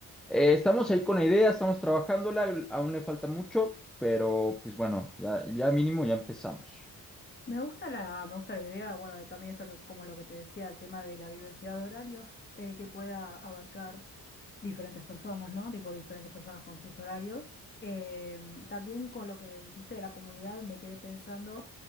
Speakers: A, in the centre; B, on the left.
A: eh, estamos ahí con la idea, estamos trabajándola, aún le falta mucho, pero pues bueno, ya, ya mínimo ya empezamos.
B: Me gusta la, me gusta la idea, bueno, de también esto que, como lo que te decía, el tema de la diversidad de horarios, eh, que pueda abarcar diferentes personas, ¿no? Tipo diferentes personas con sus horarios. Em, también con lo que dijiste de la comunidad me quedé pensando